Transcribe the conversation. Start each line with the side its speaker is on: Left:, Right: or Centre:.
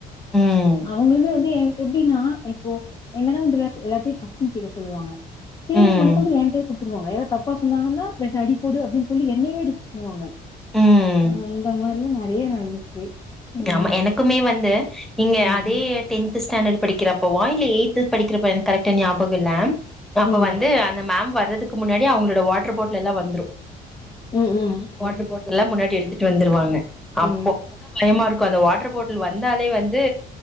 Centre: ம்
Left: அவங்களுமே எப்டின்னா இப்போ ன்னதா அப்டிதா இருக்கு கொஸ்டின் கேட்க சொல்லுவாங்க்கே ஸ்கேல்
Centre: ம்
Left: முதற்கொண்டு என்கிட்டே குடுத் ரு வாங்க ஏதாவ சொன்னாங்கன்னா ரெண்டு அடி போடு அப்டின் சொல்லி என்னயவே ஆடிக்க சொல்லுவாங்க
Centre: ம்
Left: அந்த மாரிலா நெறைய நடந்திருக்கு ம்
Centre: ஆமா எனக்குமே வந்து இங்க
Left: ம்
Centre: அதே டென்த் ஸ்டாண்டர்ட் படிக்கிற ப்ப வாய்ட்ல எய்ட்து படிக்கிறப்ப எனக்கு கரெக்டா ஞாபகம்ல்ல அப்ப
Left: ம்
Centre: வந்து அந்த மேம் வர்றதுக்கு முன்னாடி அவங்களோட வாட் ரு பாட்லெல்லா வந்ரு
Left: ம் ம்
Centre: வாட் ரு பாட்ல்லா முன்னாடி எடுத்துட்டு வந்துருவாங்க அப்போ
Left: ம்
Centre: அப்பதா பயமா இருக்கு அந்த வாட்டர் பாட்டில் வந்தாலே வந்து